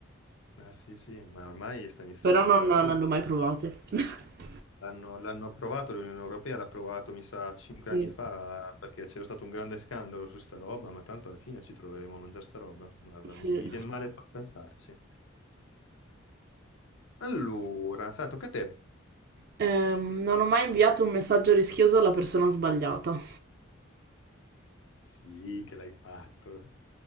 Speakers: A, on the left; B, on the right.
A: Ah sì, sì, ma ormai sta iniziando
B: però non,
A: ad andare
B: non
A: a ruba.
B: le ho mai provate. <laughs>
A: L'hanno l'hanno approvato, l'Unione Europea l'ha approvato, mi sa, cinque
B: Sì,
A: anni fa, perché c'era stato un grande scandalo su sta roba, ma tanto alla fine ci troveremo a mangiare sta roba. Guarda,
B: sì.
A: mi, mi viene male solo a pensarci. Allora, sa, tocca a te.
B: Ehm, non ho mai inviato un messaggio rischioso alla persona sbagliata.
A: Sì, che l'hai fatto.